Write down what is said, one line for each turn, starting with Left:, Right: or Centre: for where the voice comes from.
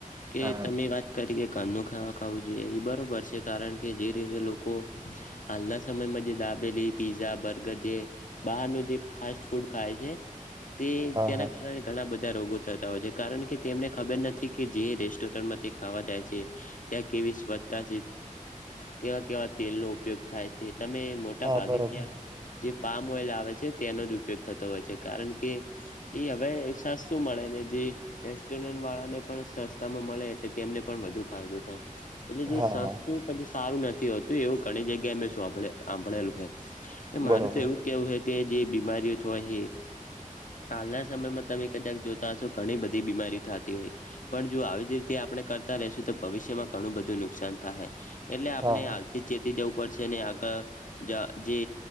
Left: કે
Right: હા
Left: તમે વાત તકે કાનનું ખાવા ખાવું જોઈએ એ બરાબર છે કારણ કે જે રીતે લોકો હાંલના સમયમાં દાબેલી પિઝા બર્ગર જે બહારનું જે ફાસ્ટ ફૂડ ખાય છે, તે
Right: હા
Left: ત્યાના
Right: હા
Left: ઘણા બધા રોગો થતા હોય છે કારણ કે તેમને ખબર નથી કે જે રેસ્ટોરન્ટમાં તે ખાવા જાય છે. ત્યાં કેવી સ્વચ્છતા કેવા કેવા તેલનો ઉપયોગ થાય છે તમે મોટા
Right: હા
Left: ભાગે
Right: બરોબર
Left: ત્યાં જે પામ ઓઈલ આવે છે, તેનો જ ઉપયોગ થતો હોય છે કારણ કે એ હવે સસ્તું મળે ને જે રેસ્ટોરન્ટ વાળાને પણ સસ્તામાં મળે એટલે તેમને પણ વધુ ફાયદો થાય. એટલે જે
Right: હા
Left: સ્સ્થ
Right: હા
Left: પછી સારું નથી હોતું એવું ઘણી જગ્યાએ મેં શભળે સાંભળેલું હ, મારે
Right: બરોબર
Left: તો એવું કેવું હે કે જે બીમારીઓ થવાય એ હાલના સમયમાં તમે કદાક જોતા હશો ઘણી બધી બીમારી થતી હોય. પણ જો આવી જ રીતે આપણે કરતા રહીશું તો ભવિષ્યમાં ઘણું બધું નુકસાન થાય. એટલે આપણે
Right: હા
Left: હાલથી જ ચેતી જવું પડશે આગળ જે